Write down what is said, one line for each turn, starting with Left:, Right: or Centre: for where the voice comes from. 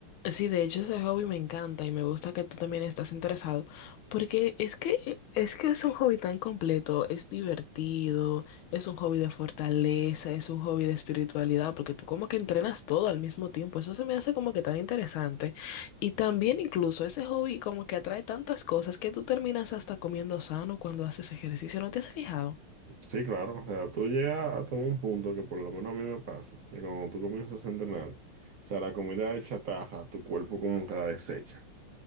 Left: Sí, de hecho ese hobby me encanta y me gusta que tú también estás interesado, porque es que es que es un hobby tan completo, es divertido, es un hobby de fortaleza, es un hobby de espiritualidad, porque tú como que entrenas todo al mismo tiempo, eso se me hace como que tan interesante. Y también incluso ese hobby como que atrae tantas cosas que tú terminas hasta comiendo sano cuando haces ejercicio, ¿no te has fijado?
Right: Sí, claro, o sea, tú llegas a tomar un punto que por lo menos a mí me pasa, que cuando tú comienzas a entrenar, o sea, la comida de chatarra, tu cuerpo como que la desecha,